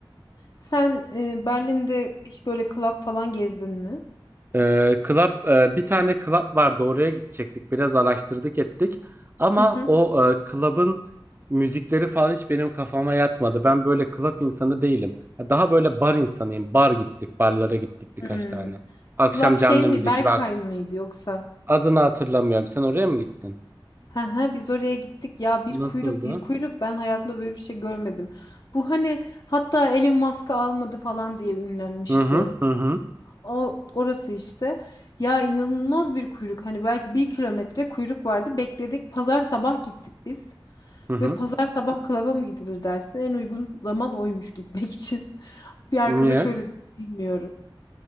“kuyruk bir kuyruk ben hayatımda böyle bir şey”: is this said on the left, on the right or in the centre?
Left